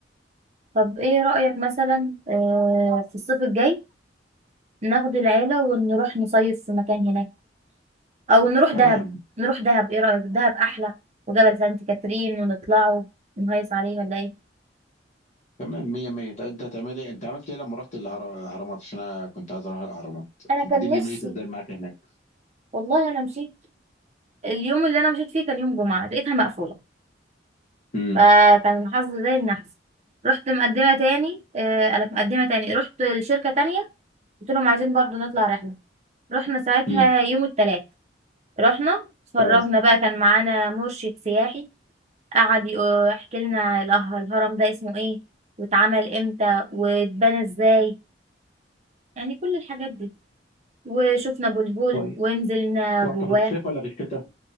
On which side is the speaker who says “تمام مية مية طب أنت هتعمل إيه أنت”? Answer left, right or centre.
Left